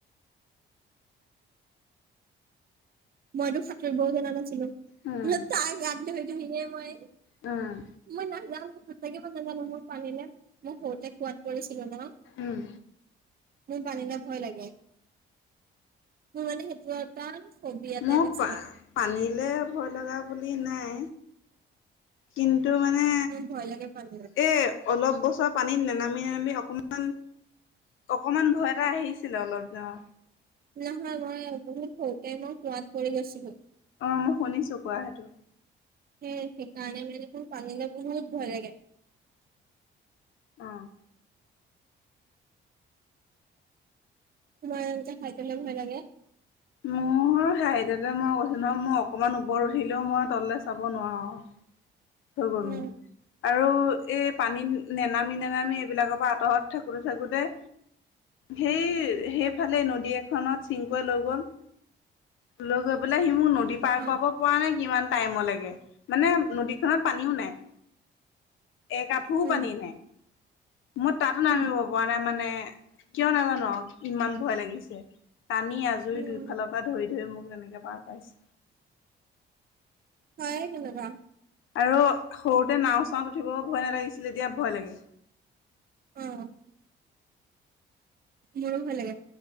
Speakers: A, on the right; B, on the left.
A: মইতো সাঁতুৰিবও জনা নাছিলো
B: উম
A: ত-তাৰ গাত ধৰি- ধৰিহে মই
B: উমঁ।
A: মই নাযাওঁ, মই সচাকে কৈছো মই পানীলে মই সৰুতে কুঁৱাত পৰিছিলো ন'।
B: উম
A: মোৰ পানিলে ভয় লাগে। মোৰ মানে সেইটো এটা ফবিয়া
B: মোক
A: টাইপ আছে
B: পানীলৈ ভয় লগা বুলি নাই। কিন্তু মানে
A: মোৰ ভয় লাগে পানীলে
B: এই- অলপ বছৰ পানীত নেনামি- নেনামি অকণমান- অকণমান ভয় এটা আহিছিলে অলপ অঁ।
A: নহয় মই বহুত সৰুতে মই কোৱাত পৰি গৈছিলো।
B: অঁ', মই শুনিছোঁ কোৱা সেইটো।
A: সেই সেইকাৰণে মানে মোৰ পানীলে বহত ভয় লাগে।
B: অঁ।
A: তোমাৰ এনে খাদ্যলে ভয় লাগে।
B: মোৰ- আৰু হাইটলে মই কৈছো নহয় মই অকণমান ওপৰত উঠিলেও মই তল'লে চাব নোৱাৰো। ভয় কৰো।
A: উম
B: আৰু এই পানীত নেনামি- নেনামি এইবিলাকৰ পৰা আঁতৰত থাকোঁতে-থাকোঁতে- সেই সেইফালে নদী এখনত চিংকুৱে লৈ গ'ল- লৈ গৈ পেলাই সি মোক নদী পাৰ
A: অ
B: কৰাব পৰা নাই কিমান- টাইমৰ লৈকে মানে নদীখনত পানীও নাই। এক আঠুও
A: উম
B: পানী নাই, মই তা'তো নামিব
A: উম
B: পৰা নাই মানে- কিয় নাজানো আৰু ইমান ভয় লাগিছে, টানি-আজুৰি
A: উম
B: দুইফালৰ পৰা ধৰি- ধৰি মোক তেনেকে পাৰ কৰাইছে।
A: হয় তেনেকুৱা।
B: আৰু সৰুতে নাওঁ-চাওঁত উঠিব ভয় নালাগিছিলে এতিয়া ভয় লাগে।
A: উম' মোৰো ভয় লাগে।